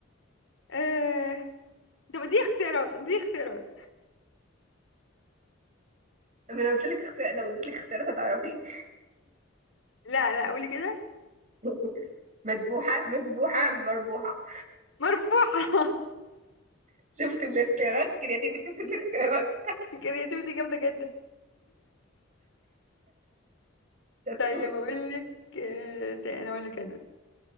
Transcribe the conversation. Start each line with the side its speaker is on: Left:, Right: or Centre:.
Left: آه... طب دي اختيارات دي اختيارات
Right: ما انا لو قلت لك اختيار لو اديت لك اختيارات هتعرفي
Left: لا لا قولي كده
Right: <laughs> مذبوحة مذبوحة مربوحة
Left: مربوحة
Right: شفت الاختيارات كرياتيفيتي في الاختيارات
Left: <laughs> كرياتيفيتي جامدة جدا
Right: شطور
Left: طيب اقول لك آه... تاني اقول لك انا